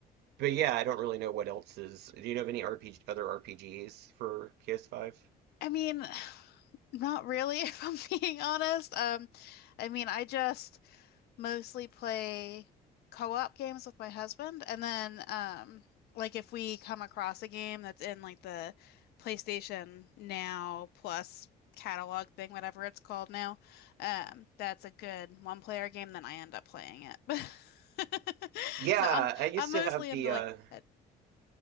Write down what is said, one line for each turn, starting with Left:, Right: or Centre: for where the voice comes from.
Right: but yeah, I don't really know what else is. Do you know of any RPG, other RPGs for PS5?
Left: mean, not really, <laughs> if I'm being honest. Um, I mean, I just mostly play co-op games with my husband, and then um, like if we come across a game that's in like the PlayStation Now Plus catalog thing, whatever it's called now, um, that's a good one-player game, then I end up playing it. <laughs>
Right: Yeah,
Left: So I'm
Right: I used
Left: I'm mostly
Right: to have
Left: into
Right: the
Left: like,
Right: uh
Left: uh,